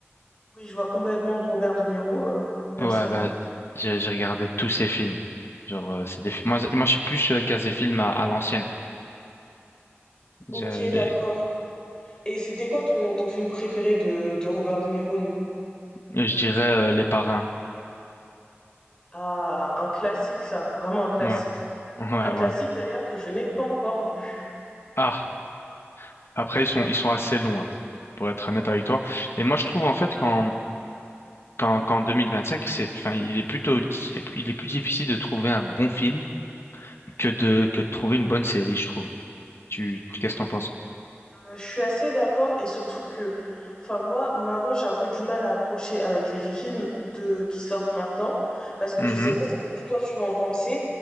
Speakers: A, on the left (about 20°); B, on the left (about 65°).
A: Oui, je vois complètement Robert De Niro, euh, oui, bien
B: Ouais,
A: sûr.
B: bah, j'ai j'ai regardé tous ses films. Genre, euh, c'est des films. Moi, je- moi, je suis plus euh, casé film à, à l'ancienne. Je,
A: Ok,
B: les-
A: d'accord. Et c'était quoi ton, ton film préféré de, de Robert De Niro, du coup?
B: je dirais euh, Les Parrains.
A: Ah, un classique, ça, vraiment un classique.
B: Ouais, <laughs> ouais,
A: Un classique
B: ouais.
A: d'ailleurs que je n'ai pas encore vu.
B: Ah, après, ils sont, ils sont assez longs, hein, pour être honnête avec toi. Et moi, je trouve en fait quand qu'en qu'en cinq c'est, enfin, il est plutôt, c'est il est plus difficile de trouver un bon film que de, que de trouver une bonne série, je trouve. Tu, qu'est-ce que t'en penses?
A: Euh, Je suis assez d'accord et surtout que, enfin moi maintenant j'ai un peu du mal à accrocher avec les films de qui sortent maintenant parce que
B: Mhm.
A: je sais pas ce que toi tu vas en penser,